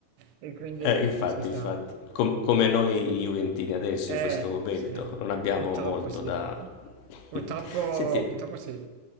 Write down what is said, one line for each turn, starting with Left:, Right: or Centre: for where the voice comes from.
Right: <laughs> e quindi
Left: Eh, infatti,
Right: si sta.
Left: infatti, Com- come noi Juventini adesso,
Right: Eh,
Left: in questo momento,
Right: sì,
Left: non abbiamo
Right: purtroppo
Left: molto
Right: sì.
Left: da... <laughs>
Right: Purtroppo,
Left: Senti,
Right: purtroppo sì.